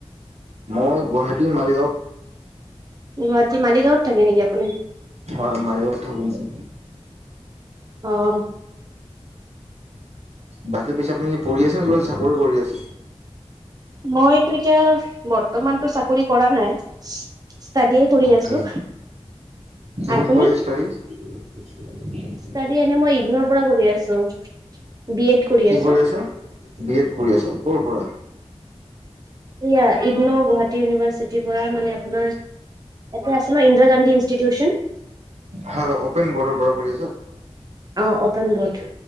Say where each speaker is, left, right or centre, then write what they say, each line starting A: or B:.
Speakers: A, on the right; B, on the right.
A: মই গুৱাহাটীৰ মালিগাঁও।
B: গুৱাহাটী মালিগাঁৱত থাকে নেকি আপুনি?
A: হয় মালিগাঁৱত থাকো মই।
B: অ
A: বাকী পিছে আপুনি কি পঢ়ি আছে নে কিবা চাকৰি কৰি আছে।
B: মইতো এতিয়া বৰ্তমানটো চাকৰি কৰা নাই। ষ্টাডীয়ে কৰি
A: অকে
B: আছো।
A: কিহত
B: আপুনি
A: কৰি আছা ষ্টাডী?
B: ষ্টাডী এনে মই ইগনৰ পৰা কৰি আছো। বি এড
A: কি
B: আছো
A: কৰি আছে বি এড কৰি আছে ক'ৰ পৰা?
B: ইগন'ৰ গুৱাহাটী ইউনিভাৰ্চিটি। পৰা মানে আপোনাৰ ইয়াতে আছে না ইন্দিৰা গান্ধী ইনষ্টিটিউচন।
A: হয় অপেন বৰ্ডৰ পৰা কৰি আছে।
B: অঁ অ'পেন ব'ৰ্ড।